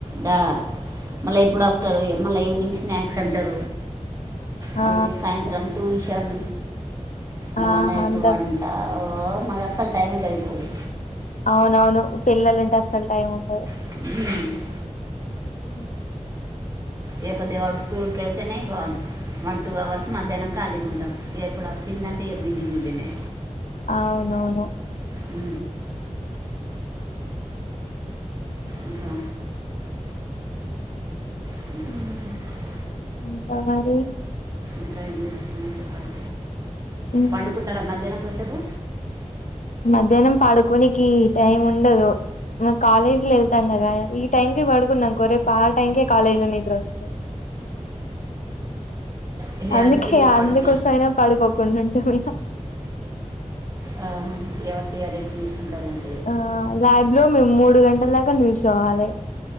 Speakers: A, on the right; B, on the left.
A: దా మళ్ళ ఇప్పుడస్ త్తరు ఇగ మల్ళ ఈవినింగ్ స్నాక్స్ అంటారు మళ్ళీ
B: ఆ
A: సాయంత్రం ట్యూషన్ మళ్ళా
B: ఆహా
A: నైట్
B: అంత
A: వన్ ట ఓ నాక్ అస్సల్ టైమేసరిపోదు
B: అవునవును పిల్లలుంటే అస్సల్ టైం ఉండదు
A: ఉ
B: ఉ
A: ఇగ కొద్దిగా వాళ్లు స్కూల్ కు వెలీతేనే గా వన్ టూ అవర్స్ మధ్యాహ్నం ఖాళీగా ఉంటాం ఇక ఎప్పుడు వచ్చిదంటే ఇ బిజీ బిజీనె
B: అవునవును
A: అ అకా ఇల్
B: ఇంకా మరి
A: ఇకా ఏం చేస్తున్నారు చెప్పాలి
B: ఉ
A: పండుకుంటారా మధ్యాహ్నం కోద్దీసేపు
B: మధ్యాహ్నం పడుకొనికి టైం ఉండదు మేము కాలేజ్ కి వెళ్తాం కదా ఈ టైకి పడుకున్నాంకో రేపు ఆ టైంకే కాలేజ్లో నిద్రోచ్చు
A: ఇక
B: అందుకే
A: ఇక
B: అందుకోసమైనా
A: పడక
B: పడుకోకుండా ఉంటాం ఇక
A: ఆ ఎవరికి అరే రెస్ట్ తీసుకుంటారడి
B: ఆ ల్యాబ్లో మేము మూడు గంటల దాకా నిల్చోవాలి